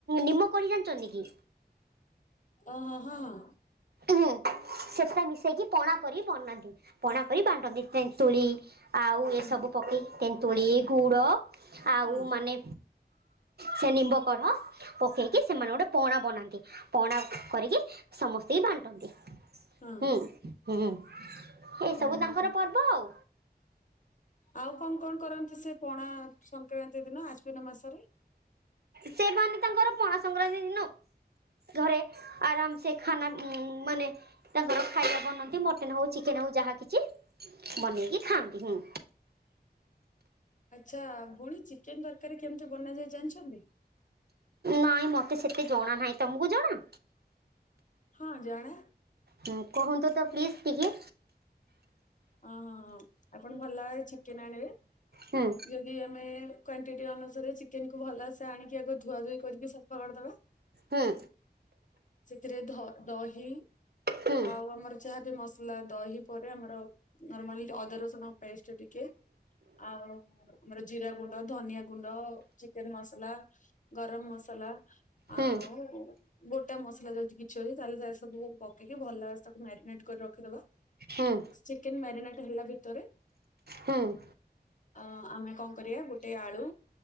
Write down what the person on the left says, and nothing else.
ଓ ହଁ, ହଁ।
ହୁଁ
ହଁ
ହଁ
ଓହୋ
ଆଉ କଣ କଣ କରନ୍ତି ସେ ପଣା ସଂକ୍ରାନ୍ତି ଦିନ ଆଶ୍ଵିନ ମାସରେ?
ହୁଁ
ଆଚ୍ଛା ଭଉଣୀ ଚିକେନ ତରକାରୀ କେମିତି ବନାଯାଏ ଜାଣିଛନ୍ତି?
ହଁ ଜଣା।
ଓହୋହୋ ଆପଣ ଭଲ ଭାବେ ଚିକେନ ଆଣିବେ।
ଆମେ କ୍ୱାଣ୍ଟିଟି ଅନୁସାରେ ଚିକେନ କୁ ଭଲସେ ଆଣିକି ଆଗ ଧୁଆ ଧୁଇ କରିକି ସଫା କରିଦବା।
ସେଥିରେ ଧଅ ଦହି
ଆଉ ଆମର ଯାହା ବି ମସ ଲା ଦହି ପରେ ଆମର ନର୍ମାଲି ଅଦା ରସୁଣ ପେଷ୍ଟ ଟିକେ। ଆଉ ଆମର ଜିରା ଗୁଣ୍ଡ ଧନିଆ ଗୁଣ୍ଡ ଚିକେନ ମସଲା ଗରମ ମସଲା
ଆଉ ଗୋଟା ମସଲା ଯଦି କିଛି ଅଛି। ତାହଲେ ସବୁ ପକେଇକି ଭଲ ଭାବରେ ତାକୁ ମ୍ୟାରିନେଟ କରି ରଖିଦବ।
ଚିକେନ ମ୍ୟାରିନେଟ ହେଲା ଭିତରେ
ଅ ଆମେ କଣ କରିବା ଗୋଟେ ଆଳୁ